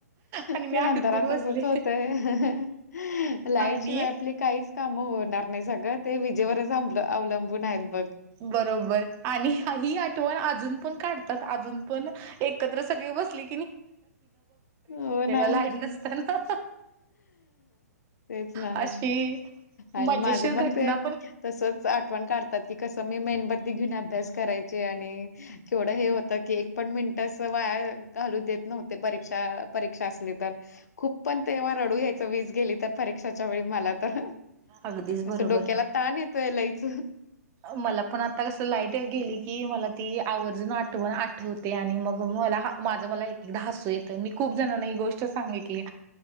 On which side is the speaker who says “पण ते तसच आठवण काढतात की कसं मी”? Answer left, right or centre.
Left